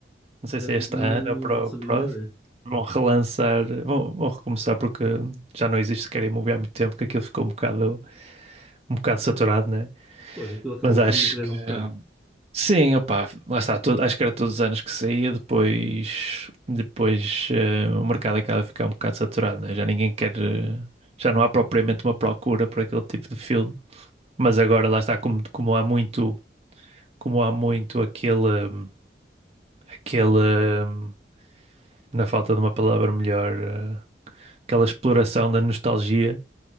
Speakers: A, on the right; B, in the centre.
A: Não sei
B: Ah,
A: se é este
B: Não
A: ano ou para
B: faço
A: o próximo.
B: a mínima ideia.
A: Vão relançar, vão, vão recomeçar porque já não existe Scary Movie há muito tempo, que aquilo ficou um bocado, um bocado saturado, né?
B: Pois, aquilo acabou
A: Mas acho
B: por morrer
A: que
B: um bocado.
A: Sim, opá, lá está, to- acho que era todos os anos que saía, depois, depois eh, o mercado acaba a ficar um bocado saturado, né? Já ninguém quer, eh, já não há propriamente uma procura por aquele tipo de filme, mas agora lá está, como, como há muito, como há muito aquele, hum, aquele, hum, na falta de uma palavra melhor, eh, aquela exploração da nostalgia,